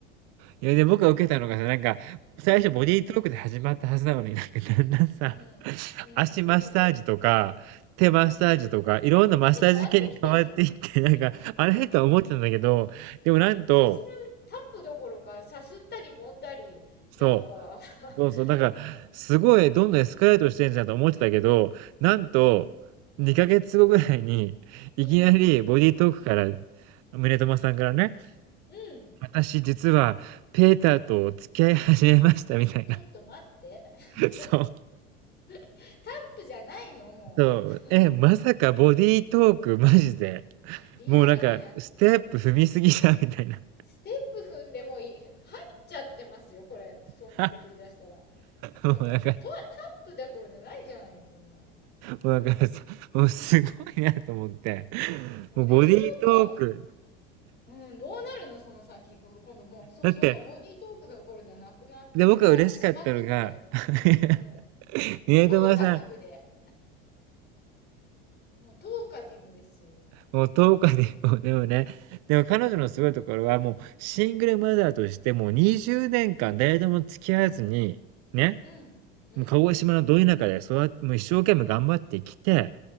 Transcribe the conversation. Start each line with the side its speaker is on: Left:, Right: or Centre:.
Right: いや、で、僕が受けたのがさ、なんか、最初ボディートークで始まったはずなのに、
Left: うん、
Right: なんかだんだんさ、
Left: うん、うん、
Right: 足マッサージとか、
Left: ボディートーク、
Right: 手マッサージとか、
Left: なんかちょっと
Right: いろんなマッサージ系に変わっていって、
Left: 全然変わってきてんじゃん。
Right: なんか、
Left: うん
Right: あれ？とは思ってたんだけど、でもなんと
Left: さする、タップどころか、さすったり揉んだり、
Right: そう。
Left: なんか <laughs>
Right: そうそう、なんか、
Left: うん、
Right: すごいどんどんエスカレートしてんじゃんと思ってたけど、なんと、
Left: うん、うん、
Right: 2ヶ月後ぐらいに、
Left: うん、
Right: いきなりボディートークから、
Left: うん、
Right: 宗友さんからね、
Left: うん。
Right: 私実はペーターと付き合い始めましたみたいな。
Left: ちょっと待って。<laughs>
Right: <laughs> そう、
Left: タップじゃないのもう。
Right: そう。え、まさかボディートークマジで、
Left: リアルなやつ
Right: もうなんか、ステップ踏みすぎじゃんみたいな。
Left: ステップ踏んでもいい。入っちゃってますよ、これ。そんなこと言い出したら。
Right: <laughs>
Left: その、
Right: もうなんか、
Left: もう、とはタップどころじゃないじゃない、そんな。
Right: もうなんかさ、もうすごいなと思って。
Left: それはちょっと、
Right: もうボディートーク。
Left: うん、どうなるの、その先。こ今度もう、そ、
Right: だって
Left: そのボディートークどころじゃなくなって、
Right: で、僕は嬉しかったのが、
Left: トークしまくって。
Right: <laughs>
Left: うん。
Right: 宮友さん、
Left: トーカティブで。もうトーカティブですよ。
Right: もう10日で、もうでもね、でも彼女のすごいところは、
Left: うん。
Right: もうシングルマザーとして、もう20年間誰とも付き合わずに、ね、
Left: うん。うん。
Right: もう鹿児島のど田舎で、そうやって、もう一生懸命頑張ってきて、